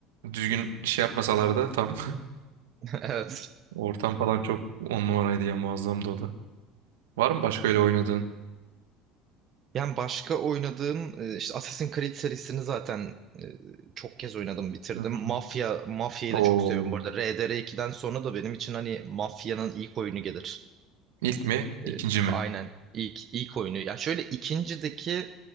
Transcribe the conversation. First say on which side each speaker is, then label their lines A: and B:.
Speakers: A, on the right; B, on the right.
A: düzgün şey yapmasalar da tam.
B: Evet.
A: <laughs> Ortam falan çok on numaraydı ya muazzamdı o da. Var mı başka öyle oynadığın?
B: Yani başka oynadığım e, işte Assassin's Creed serisini zaten e, çok kez oynadım bitirdim.
A: Hı hı.
B: Mafya Mafya'yı
A: Oo.
B: da çok seviyorum. Bu arada RDR2'den sonra da benim için hani Mafya'nın ilk oyunu gelir.
A: İlk mi? ikinci
B: E,
A: mi?
B: aynen ilk ilk oyunu. Ya şöyle ikincideki